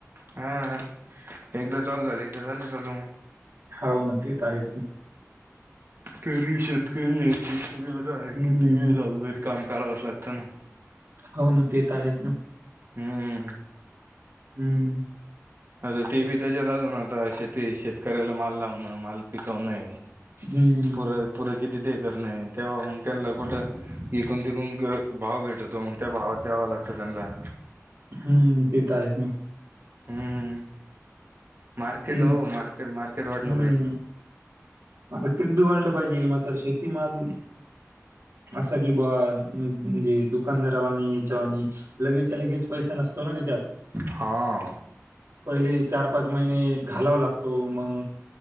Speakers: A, on the right (about 45°); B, on the right (about 75°).
A: हा. एकदा चालू झाली झाली चालू मग
B: हा तेेत आहेच ना
A: तरी शेतकरी हे
B: हं.
A: किती ही झाल तरी काम करावंचं लागतं ना
B: हो ना ते तर आहेत ना
A: हम्म.
B: हम्म.
A: आता ते बी त्याच्यात अजून आता शेती शेतकऱ्याला माल लावण माल पिकवणे
B: हं,
A: पुर पुरे किती ते करणे तेव्हा मग त्यांना कुठं इकून तिकून भाव भेटतो मग त्या भावात द्यावं लागतं त्यांनला
B: हम्म तेेत आहेच ना.
A: हम्म. मार्केट
B: ती
A: हो मार्केट मार्केट वाटलं
B: हं.
A: पाहिजे
B: मार्केट बी वाढलं पाहिजे मात्र शेतीमाल असा कि बा म्हणजे दुकानदारावानी याच्यावाणी लगेचच्या लगेच पैसा नसतो ना त्याच्यात
A: हा.
B: पहिली चार पाच महिने घालाव लागतो मग